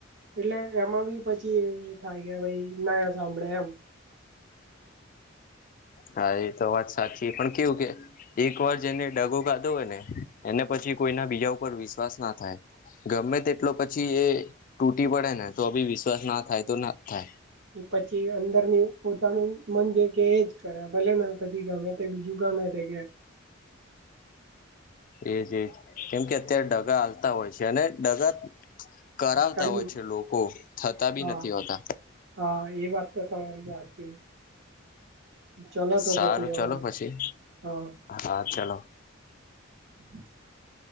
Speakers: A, on the right; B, on the left.
A: એટલે એમાં બી પછી એ થાય, કે ભાઈ ના સાંભળે એમ.
B: હા એ તો વાત સાચી પણ કેવું કે એક વાર જેને ડગો કાધો હોય ને, એને પછી કોઈના બીજા ઉપર વિશ્વાસ ના થાય. ગમે તેટલો પછી એ તૂટી પડે ને, તો અી વિશ્વાસ ના થાય તો ના જ થાય.
A: એ પછી અંદર ની પોતાનું મન જે કે એજ કરે, ભલે ને પછી ગમેતે બીજું ગમે તે કે
B: એજ એજ કેમ કે અત્યારે ડગા આલતા હોય છે, અને ડગા કરાવતા
A: કર્યું
B: હોય છે લોકો, થતા બી
A: હા
B: નથી હોતા.
A: હા એ વાત તો તમારી વાચી ચલો તો
B: સારું
A: પછી હવે,
B: ચલો પછી
A: હા
B: હા ચાલો
A: <inaudible>